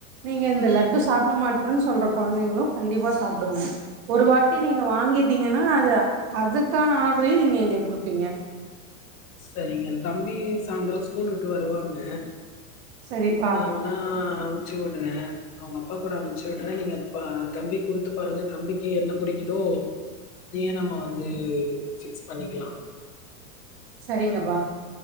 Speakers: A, on the right (about 45°); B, on the left (about 75°).
A: நீங்க இந்த லட்டு சாப்ட மாட்டன்னு சொல்ற குழந்தைங்களு கண்டிப்பா சாப்டுவாங்க ஒரு வாட்டி நீங்க வாங்கிட்டீங்கன்னா அது அதுக்கான ஆர்டரையு நீங்க எங்களுக்கு கொடுப்பீங்க
B: சரிங்க தம்பி சாயந்திர ஸ்கூல் விட்டு வருவாங்க
A: சரிப்பா
B: நா நா அமுச்சு விடுற அவங்க அப்பா கூட அமுச்சு விடுற நீங்கப்ப தம்பி கொடுத்து பாருங்க தம்பிக்கு என்ன பிடிக்குதோ அதய நம்ம வந்து ஃபிக்ஸ் பண்ணிக்கலா
A: சரிங்கப்பா